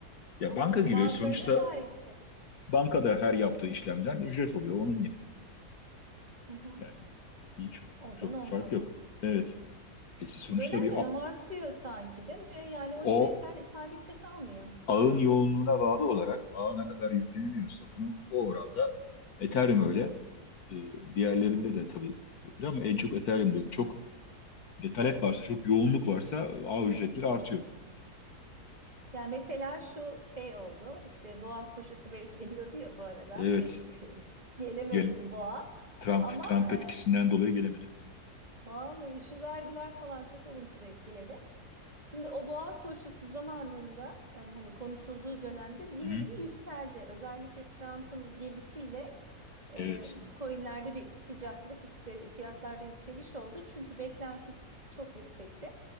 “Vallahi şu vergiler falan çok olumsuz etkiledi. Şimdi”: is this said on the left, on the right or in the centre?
Right